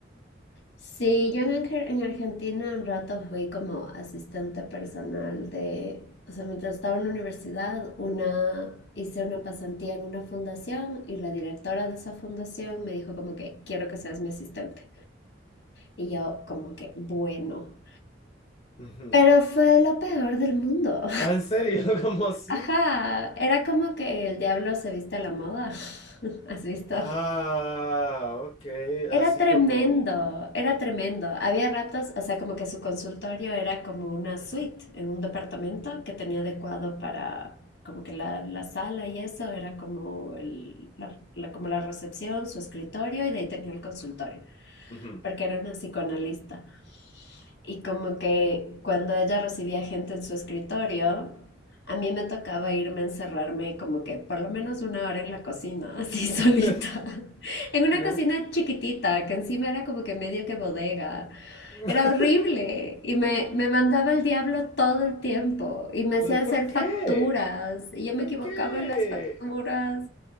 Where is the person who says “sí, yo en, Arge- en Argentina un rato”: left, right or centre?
Left